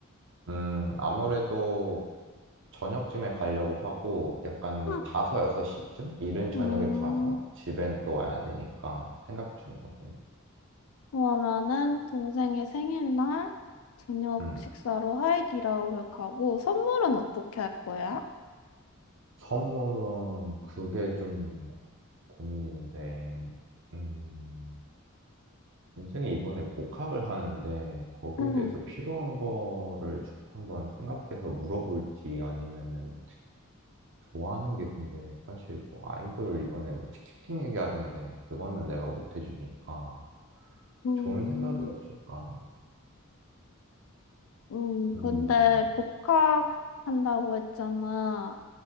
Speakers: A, on the right (about 60°); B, on the left (about 70°).
A: 음, 아무래도 저녁쯤에 가려고 하고 약간
B: 응,
A: 다섯 여섯 시쯤 이른 저녁에
B: 음,
A: 가서 집엔 또 와야 되니까 생각 중이거든.
B: 그러면은 동생의 생일날 저녁
A: 음.
B: 식사로 하이디라오를 가고, 선물은 어떻게 할 거야?
A: 선물은 그게 좀 고민인데, 음, 동생이 이번에 복학을 하는데, 거기에
B: 응,
A: 대해서 필요한 거를 주- 한번 생각해서 물어볼지 아니면은, 좋아하는 게 근데, 사실 뭐 아이돌 이번에 뭐 티켓팅 얘기하던데, 그거는 내가 못 해주니까,
B: 음,
A: 좋은 생각이 없을까?
B: 음,
A: 음,
B: 근데 복학한다고 했잖아.